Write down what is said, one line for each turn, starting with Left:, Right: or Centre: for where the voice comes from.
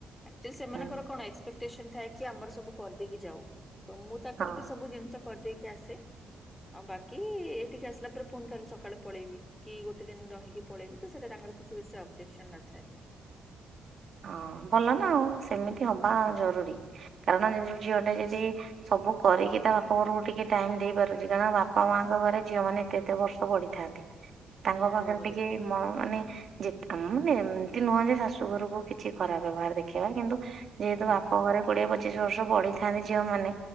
Left: ଆକଚୋଲି ସେମାନଙ୍କ
Right: ହୁଁ
Left: ର କଣ କୋଟେଶନ ଥାଏ କି ଆମର ସବୁ କରି ଦେଇକି ଯାଉ ତ ମୁ ତାଙ୍କର
Right: ହଁ
Left: ବି ସବୁ ଜିନିଷ କରିଦେଇକି ଆସେ ଆଉ ବାକି ଏଇଠିକି ଆସିଲା ପରେ ପୁଣି କାଲି ସକାଳେ ପଳେଇବି କି ଗୋଟେ ଗୋଟେ ଦିନ ରହିକି ପଳେଇବି ତ ସେଟା ତାଙ୍କର କିଛି ବେଶୀ ଅବଜେକ୍ସନ ନଥାଏ।
Right: ହଁ ଭଲ ନା ଆଉ ସେମିତି ହବା ଜରୁରୀ କାରଣ ଜିଏ ଝିଅ ଟେ ଯଦି ସବୁ କରିକି ତା ବାପା ଘରକୁ ଟିକେ ଟାଇମ ଦେଇ ପାରୁଛି କାରଣ ବାପା ମା ଙ୍କ ଘରେ ଝିଅ ମାନେ ଏତେ ଏତେ ବର୍ଷ ବଢିଥାନ୍ତି। ତାଙ୍କ
Left: ନିହାତି
Right: ପାଖରେ
Left: ଭାବରେ
Right: ଟିକେ ମ ମାନେ ଯେ ମାନେ ଏମତି ନୁହଁ ଯେ ଶାଶୁ ଘରକୁ କିଛି ଖରାପ ବ୍ୟବହାର ଦେଖେଇିବା କିନ୍ତୁ ଯେହେତୁ
Left: ହୁଁ
Right: ବାପ ଘରେ କୁଡିଏ ପଚ ପଚିଶ ବର୍ଷ ବଢିଥାନ୍ତି ଝିଅ ମାନେ